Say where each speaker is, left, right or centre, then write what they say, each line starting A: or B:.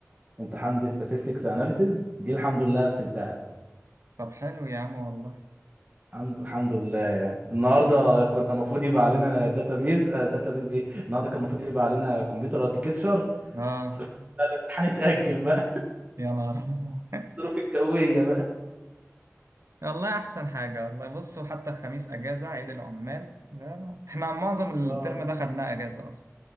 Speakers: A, on the right; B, on the right.
A: امتحان دي statistics analysis دي الحمد لله قفلتها
B: طب حلو يا عم والله
A: الحمد الحمد لله يعني النهارده كنا المفروض يبقى علينا داتابيز داتابيز ايه النهارده كان المفروض يبقى علينا كمبيوتر اركتشر
B: اه
A: بس الحمد لله الامتحان اتأجل بقى
B: يا نهار
A: <laughs>
B: أبيض.
A: الظروف الجوية بقى
B: والله احسن حاجه والله بصوا حتى الخميس اجازه عيد العمال فاهم؟ احنا معظم الترم
A: اه
B: ده خدناه اجازه اصلا